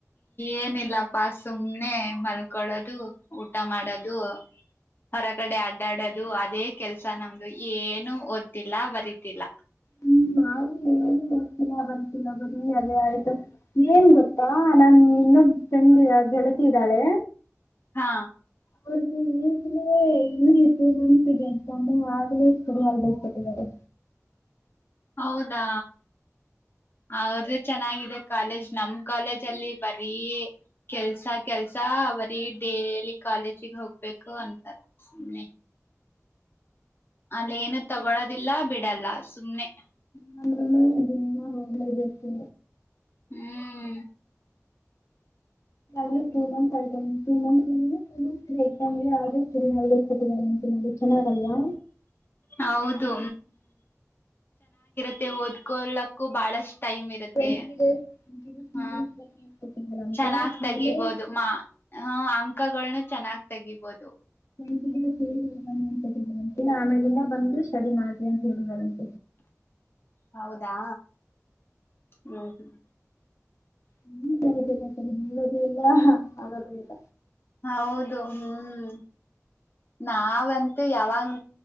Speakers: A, on the left; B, on the left.
A: ಏನಿಲ್ಲಪ್ಪಾ ಸುಮ್ನೆ ಮಲ್ಕಳದು. ಊಟ ಮಾಡದು. ಹೊರಗಡೆ ಅಡ್ಡಾಡೋದು ಅದೇ ಕೆಲ್ಸ ನಮ್ದು ಏನು ಓದ್ತಿಲ್ಲ ಬರಿತಿಲ್ಲ.
B: ಹ್ಮ ಅವ್ನ್ ಏನ್ ಓದ್ತಿಲ್ಲ ಬರ್ತೀಲ್ಲ ಬರೀ ಅದೇ ಆಯ್ತು ಏನ್ ಗೊತ್ತಾ ನನ್ ಇನ್ನೊಬ್ ಫ್ರೆಂಡ್ ಗೆಳತಿದ್ದಾಳೆ.
A: ಹಾ.
B: ಅವ್ರಿಗೆ ಈಗ್ಲೇ ಇಲ್ಲಿ ಟೂ ಮಂತ್ಸ್ ಇದೆ ಎಕ್ಸಾಮ್ಸ್ ಆಗ್ಲೇ ಸ್ಟಡಿ ಹೊಲಿಡೇಸ್ ಕೊಟ್ಟಿದರೆ.
A: ಹೌದಾ. ಅವ್ರಿದ್ ಚೆನ್ನಾಗಿದೆ ಕಾಲೇಜ್ ನಮ್ ಕಾಲೇಜ್ ಅಲ್ಲಿ ಬರೀ ಕೆಲ್ಸ ಕೆಲ್ಸ ಬರೀ ಡೇಲಿ ಕಾಲೇಜಿಗ್ ಹೋಗ್ಬೇಕು ಅಂತರ. ಸುಮ್ನೆ. ಅಲ್ ಏನು ತಗೊಳೋದಿಲ್ಲ ಬಿಡಲ್ಲ ಸುಮ್ನೆ.
B: ನಮ್ಮೂಗುನು ದಿನ್ನ ಹೋಗ್ಲೇಬೇಕು.
A: ಹ್ಮ್.
B: ಗ್ಲು ಟೂ ಮಂತ್ಸ್ ಆಯ್ತ two months two months exam ಆದ್ರೂ ಚುರಿ ಕೊಟ್ಟಿದ್ದಾರೆ ಅಂತದು ಚೆನ್ನಾಗಿ ಅಲ್ವಾ.
A: ಹೌದು ಮತ್ತೆ ಓದ್ಕೋಲಕ್ಕೂ ಬಹಳಷ್ಟ ಟೈಮ್ ಇರುತ್ತೆ
B: ಟ್ವೆಂಟಿ ಡೇಸ್ ಟ್ವೆಂಟಿ ಡೇಸ್
A: ಹ್ಮ
B: ಬನ್ನಿ ಅಂತ ಕೊಟ್ಟಿದ್ದಾರೆ ಅಂತ.
A: ಚನ್ನಾಗ್
B: ಆಮೇಲೆ
A: ತೆಗಿಬೋದು ಮಾ ಅಂಕಗಳನ್ನ. ಚೆನ್ನಾಗ್ ತೆಗಿಬೋದು.
B: <unintelligible> ಕೇಳಿ ಬನ್ನಿ ಅಂತ ಆಮೇಲಿಂದ ಬಂದು ಸ್ಟಡಿ ಮಾಡ್ರಿ ಅಂತ ಹೇಳಿದರೆ.
A: ಹೌದಾ ಹ್ಮ್. ಹ್ಮ್.
B: ಹ್ಮ ಸರಿತಿಲ್ಲ ಸರಿ ಹೇಳದು ಇಲ್ಲ ಆಗದು ಇಲ್ಲ.
A: ಹೌದು ಹ್ಮ್ ನಾವಂತೂ ಯಾವಾಗ್